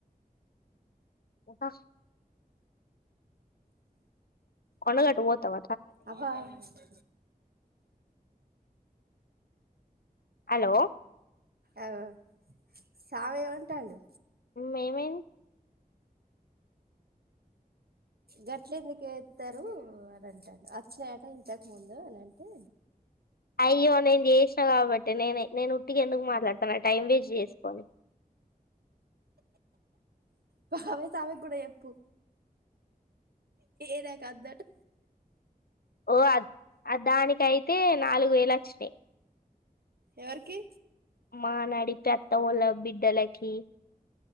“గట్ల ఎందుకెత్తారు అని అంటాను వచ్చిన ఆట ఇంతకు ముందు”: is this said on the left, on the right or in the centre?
Right